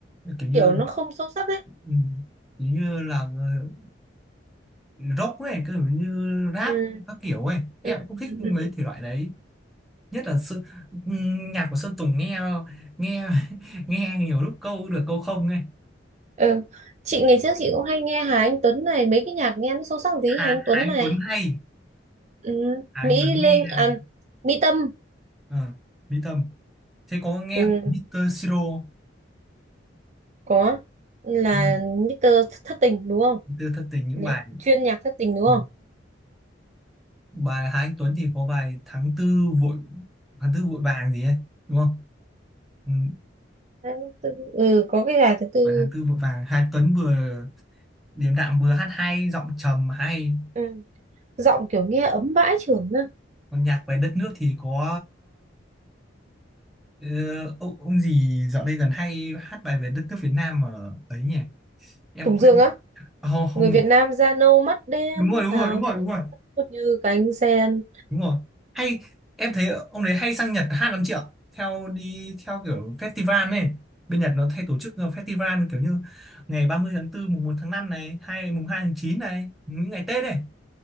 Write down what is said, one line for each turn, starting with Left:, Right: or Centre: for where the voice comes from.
Centre: kiểu như
Right: Kiểu nó không sâu sắc ấy.
Centre: ừ, kiểu như là ờ, rock ấy kiểu như rap
Right: Ừ.
Centre: các kiểu ấy em
Right: Ừ.
Centre: cũng không thích
Right: Ừ.
Centre: mấy
Right: Ừ.
Centre: thể loại đấy nhất là sự, nhạc của Sơn Tùng nghe nghe <laughs> nghe nhiều lúc câu được câu không ấy
Right: Ừ. Chị ngày trước chị cũng hay nghe Hà Anh Tuấn này, mấy cái nhạc nghe nó sâu sắc một tí
Centre: Hà,
Right: Hà Anh Tuấn
Centre: Hà Anh
Right: này.
Centre: Tuấn hay
Right: Ừ.
Centre: Hà
Right: Mỹ
Centre: Anh Tuấn
Right: Linh
Centre: nghe là
Right: à Mỹ Tâm.
Centre: ờ, Mỹ Tâm thế có nghe
Right: Ừ.
Centre: của Mr. Siro không?
Right: Có là
Centre: Ừ,
Right: Mr. Thất Tình đúng không?
Centre: Mr. Thất Tình những
Right: Nhạc,
Centre: bài
Right: chuyên nhạc thất tình đúng
Centre: ừ.
Right: không?
Centre: bài Hà Anh Tuấn thì có bài tháng tư vội tháng tư vội vàng gì ấy đúng không ừ.
Right: Đấy, tự- ừ có cái gà thứ tư
Centre: bài tháng tư vội vàng Hà Anh Tuấn vừa điềm đạm vừa hát hay giọng trầm hay
Right: ừ. giọng kiểu nghe ấm bãi trưởng á
Centre: còn nhạc về đất nước thì có ờ, ông, ông gì dạo đây gần hay hát bài về đất nước Việt Nam ở ấy nhỉ em
Right: Tùng
Centre: quên
Right: Dương á
Centre: Ờ,
Right: người
Centre: không
Right: Việt Nam da nâu mắt đen
Centre: ừ, đúng rồi đúng
Right: thao
Centre: rồi đúng rồi
Right: thơ
Centre: đúng rồi
Right: phất như cánh sen
Centre: đúng rồi hay em thấy ông đấy hay sang Nhật hát lắm chị ạ theo đi theo kiểu festival này bên Nhật nó hay tổ chức ờ, festival kiểu như ngày ba mươi tháng tư mùng một tháng 5 này hay mùng 2 tháng 9 này những ngày Tết này